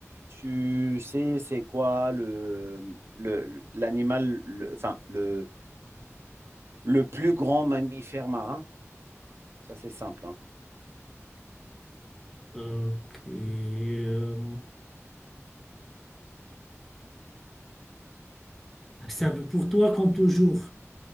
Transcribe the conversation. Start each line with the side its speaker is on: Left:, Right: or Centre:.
Right: tu sais, c'est quoi le le l'animal, le- enfin le le plus grand mammifère marin? Ça, c'est simple. hein.
Centre: Ok. euh, ça veut pour toi comme toujours.